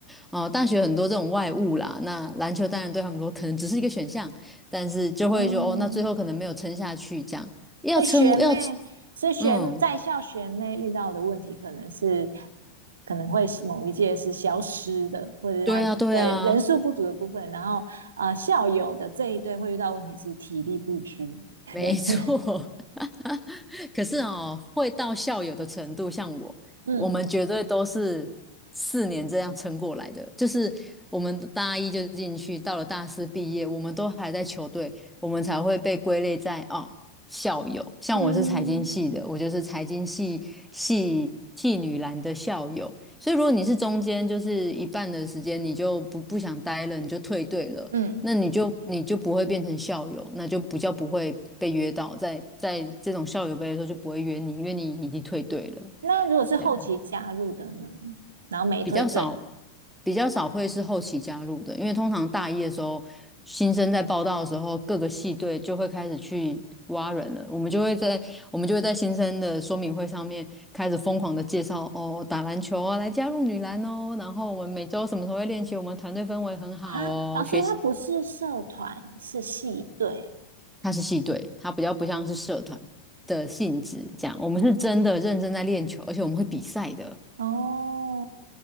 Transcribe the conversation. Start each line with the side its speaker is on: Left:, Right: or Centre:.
Centre: 哦、大学很多这种外务啦，那篮球当然对他们说可能只是一个选项，但是就会说哦，
Right: 嗯，
Centre: 那最后可能没有撑下去，这样要撑要
Right: 所以学妹，所以学在校学妹遇到的问题，
Centre: 嗯，
Right: 可能是可能会某一届是消失的，或者是他呃人数不足的部分，
Centre: 对啊，对啊，
Right: 然后呃校友的这一对会遇到问题是体力不支，<laughs>
Centre: 没错，
Right: 这样子。
Centre: <laughs> 可是哦，会到校友的程度，像我，
Right: 嗯
Centre: 我们绝对都是四年这样撑过来的。就是我们大一就进去，到了大四毕业，我们都还在球队，我们才会被归类在哦校友。像我是财经系的，
Right: 嗯
Centre: 我就是财经系系系女篮的校友。所以如果你是中间就是一半的时间，你就不不想待了，你就退队了。
Right: 嗯。
Centre: 那你就你就不会变成校友，那就比较不会被约到，在在这种校友杯的时候就不会约你，因为你已经退队了，
Right: 那如果是后期加入的呢？
Centre: 这样
Right: 然后没退队
Centre: 比较少比较少会是后期加入的，因为通常大一的时候，新生在报道的时候，各个系队就会开始去挖人了，我们就会在我们就会在新生的说明会上面开始疯狂的介绍哦，打篮球啊，来加入女篮哦，然后我们每周什么时候会练习，我们团队氛围很好哦，
Right: 哈，然后所以他不是社团，
Centre: 学
Right: 是系队
Centre: 它是系队，它比较不像是社团的性质这样。我们是真的认真在练球，而且我们会比赛的。
Right: 哦。